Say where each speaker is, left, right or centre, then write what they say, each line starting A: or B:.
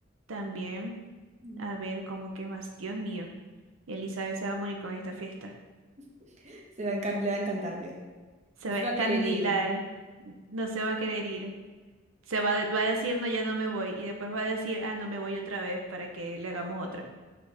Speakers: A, on the right; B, on the right.
A: También.
B: Mm.
A: A ver, ¿cómo qué más? Dios mío. Elizabeth se va a morir con esta fiesta.
B: <laughs> Se va a encan- le va a encantar, ve.
A: Se
B: No
A: va
B: se
A: a escandilar.
B: va a querer ir.
A: No se va a querer ir. Se va, a- va a decir, no, ya no me voy. Y después va a decir, ah, no me voy otra vez para que le hagamos otra.